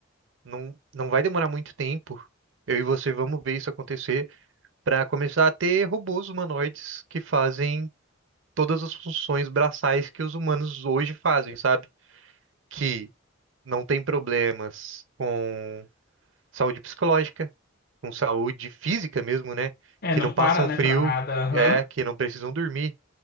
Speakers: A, on the right (about 70°); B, on the left (about 50°).
A: não, não vai demorar muito tempo. Eu e você vamos ver isso acontecer para começar a ter robôs humanoides que fazem todas as funções braçais que os humanos hoje fazem, sabe? Que não tem problemas com saúde psicológica, com saúde física mesmo, né?
B: É,
A: Que
B: não
A: não passam
B: para, né,
A: frio,
B: para nada. Aham.
A: é, que não precisam dormir.